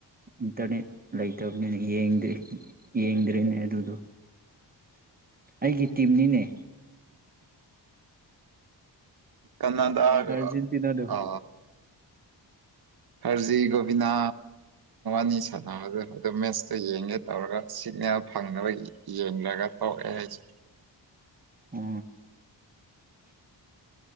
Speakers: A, on the right; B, on the right.
A: ꯏꯟꯇꯔꯅꯦꯠ ꯂꯩꯇꯕꯅꯤꯅꯡꯗ꯭ꯔꯤ ꯌꯦꯡꯗ꯭ꯔꯤꯅꯦ ꯑꯗꯨꯗꯣ ꯑꯩꯒꯤ ꯇꯤꯝꯅꯤꯅꯦ
B: ꯀꯅꯥꯗꯒ
A: ꯑꯥꯔꯖꯦꯟꯇꯤꯅꯥꯗꯣ
B: ꯑ ꯍꯔꯖꯤ ꯣꯕꯤꯅꯥ ꯅꯤ ꯁꯥꯟꯅꯕꯗꯨ ꯑꯗꯨꯝ ꯃꯦꯠꯁꯇꯣ ꯌꯦꯡꯒꯦ ꯇꯧꯔꯒ ꯁꯤꯒꯅꯦꯜ ꯐꯪꯅꯕ ꯌꯦꯡꯂꯒ ꯇꯑꯦ ꯍꯥꯏꯁꯦ
A: ꯎ